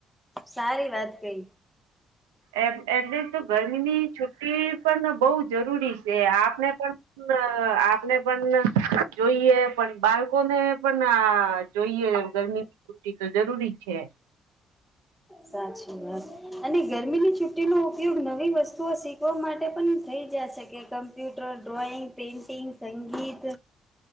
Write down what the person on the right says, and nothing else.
એ એટલે તો ગરમીની છુટી પણ બહુ જરૂરી છે, આપને પણ આપને પણ જોઈએ પણ બાળકો ને પણ જોઈએ ગરમીની છુટી તો જરૂરી છે.